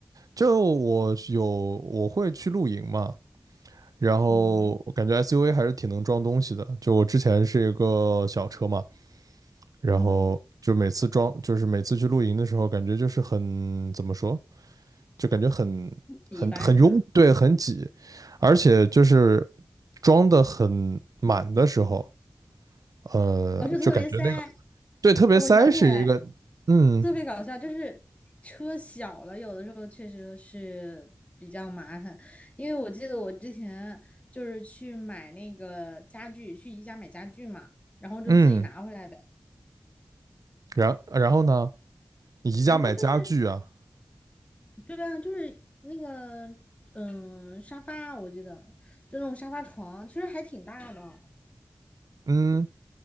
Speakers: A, on the right (about 80°); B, on the left (about 20°).
A: 就我是有我会去露营嘛，然后我感觉
B: 嗯
A: SUV 还是挺能装东西的。就我之前是一个小车嘛，然后就每次装，
B: 嗯，
A: 就是每次去露营的时候，感觉就是很，怎么说，就感觉很很很拥，
B: 比吧是吗？
A: 对，很挤，而且就是装的很满的时候，呃，
B: 我就特别塞。
A: 就感觉那个，对，特别塞是一个，
B: 哦我想起来
A: 嗯
B: 特别搞笑，就是车小了，有的时候确实是比较麻烦。因为我记得我之前就是去买那个家具，去宜家买家具嘛，然后就自己拿回来的。
A: 嗯，然然后呢？你宜家买家具啊？
B: 然后就是，对啊，就是那个嗯沙发，我记得就那种沙发床，其实还挺大的。
A: 嗯，